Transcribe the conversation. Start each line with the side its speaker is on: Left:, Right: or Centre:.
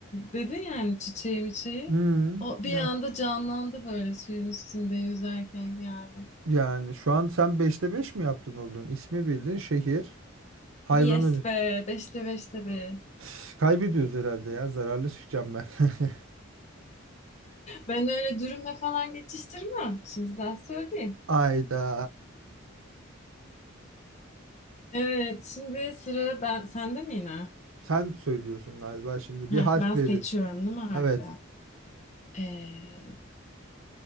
Left: dedin yani çiçeği miçeği.
Right: hmm,
Left: O
Right: ya
Left: bir anda canlandı böyle suyun üstünde yüzerken geldi.
Right: yani şu an sen beşte 5 mi yaptın oldun? İsmi bildin, şehir, hayvanı
Left: Yes
Right: bi-
Left: be, beşte beşte be.
Right: <sighs> Kaybediyoruz herhalde ya. Zararlı çıkacağım ben. <laughs>
Left: Ben öyle dürümle falan geçiştirmem. Şimdi daha söyleyeyim.
Right: Ayda.
Left: Evet, şimdi sıra ben sende mi yine?
Right: Sen söylüyorsun galiba şimdi. Bir
Left: Heh,
Right: harf
Left: ben seçiyorum
Right: veri.
Left: değil mi harfi?
Right: Evet.
Left: Ee,